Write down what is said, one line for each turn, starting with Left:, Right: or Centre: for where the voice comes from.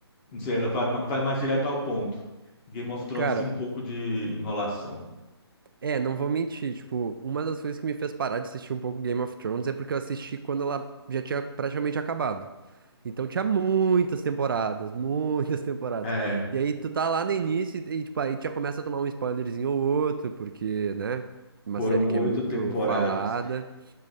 Left: não sei, ela vai, vai mais direto ao ponto. Game of Thrones
Right: Cara,
Left: tem um pouco de enrolação.
Right: É, não vou mentir, tipo, uma das coisas que me fez parar de assistir um pouco Game of Thrones é porque eu assisti quando ela já tinha praticamente acabado. Então tinha muitas temporadas, muitas <laughs> temporadas.
Left: É,
Right: E aí tu tá lá no início e, e, tipo, aí já começa a tomar um spoilerzinho ou outro, porque, né, uma
Left: foram
Right: série que
Left: oito
Right: é muito
Left: temporadas.
Right: falada.